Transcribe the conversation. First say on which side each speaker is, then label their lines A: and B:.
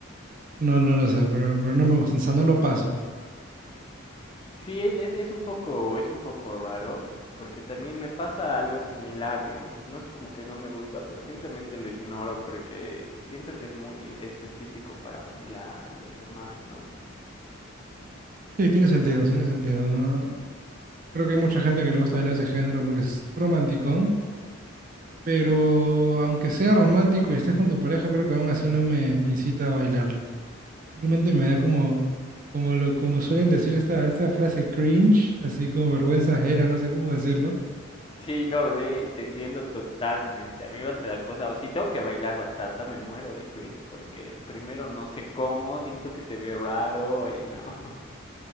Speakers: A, on the right (about 40°); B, on the left (about 25°).
A: No, no lo sé, pero, pero no me gustan, o sea, no lo paso.
B: Sí, es, es, es un poco, es un poco raro, porque también me pasa algo similar, digamos. No es como que no me gusta, pero simplemente lo ignoro porque siento que es muy específico para bailarlo y demás, ¿no?
A: Sí, tiene sentido, tiene sentido, ¿no? Creo que hay mucha gente que le gusta bailar ese género porque es romanticón, pero aunque sea romántico y estés con tu pareja, creo que aún así no me incita a bailarlo. Simplemente me da como, como lo, como suelen decir esta, esta frase cringe, así como vergüenza ajena, no sé cómo decirlo.
B: Sí, no, re, te entiendo totalmente. A mí igual me da cosa. Si tengo que bailar bachata, me muero de cringe porque primero no sé cómo, siento que se ve raro y no. <laughs>